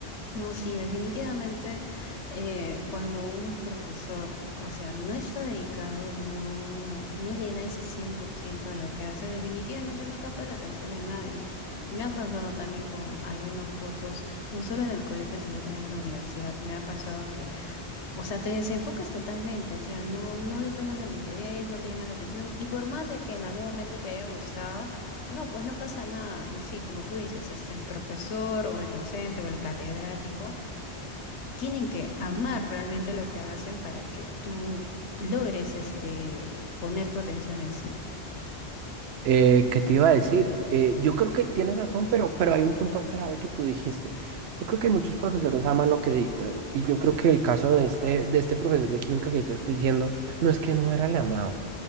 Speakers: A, on the left; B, on the right.
A: No, sí, definitivamente eh, cuando un profesor, o sea, no está dedicado y no, no le da ese 100% a lo que hace, definitivamente no capta la atención de nadie. Me ha pasado también con algunos cursos, no solo en el colegio, sino también en la universidad. Me ha pasado O sea, te desenfocas totalmente, o sea, no, no le tomas el interés, no te llama la atención, y por más de que en algún momento te haya gustado, no, pues no pasa nada. Y sí, como tú dices, este, el profesor o el docente o el catedrático tienen que amar realmente lo que hacen para que tú logres, este, poner tu atención en sí.
B: Eh, ¿qué te iba a decir? Eh, yo creo que tienes razón, pero, pero hay un punto clave que tú dijiste. Yo creo que muchos profesores aman lo que dictan y yo creo que el caso de este, de este profesor de química que yo te estoy diciendo no es que no era el amado.